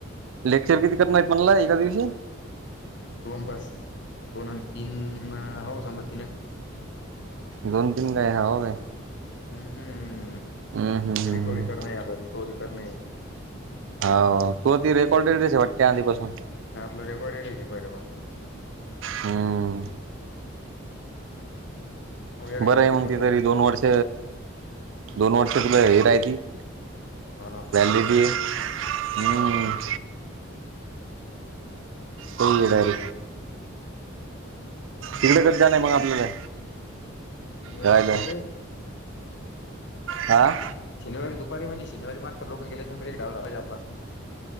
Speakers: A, on the right; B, on the left.
A: लेक्चर किती करणार म्हणला एका दिवशी
B: दोन बस दोन आणि आणि तीन म हौस आणि तीन
A: दोन तीन काय हव काय
B: हम्म
A: हम्म हम्म
B: रिकवी
A: हम्म
B: करणे आता रिकवर्हरी करणे
A: होा तू ती रेकॉर्ड रस वाटते आधीपासून
B: आणि आपलं रेकॉर्ड राहिे पहिल्यापासून
A: हम्म
B: हो यार
A: बरं
B: नवी
A: आहे मग
B: चालू
A: त
B: झाली
A: तरी
B: नवी
A: दोन
B: चालू
A: वर्ष
B: करून
A: दोन वर्ष
B: ताण
A: तुला
B: नाही
A: हे राह त
B: हो ना
A: झाली त हम्म
B: हम्म.
A: कोडर
B: हम्
A: तिकडे कच जाणार आहे मग आपल्याला
B: शनिवारी
A: राहायला
B: संध्याकाळी
A: हां
B: शनिारीुपारी म्हणजे शनवारी मस् तर लोक गेले एक डा झालाज आपला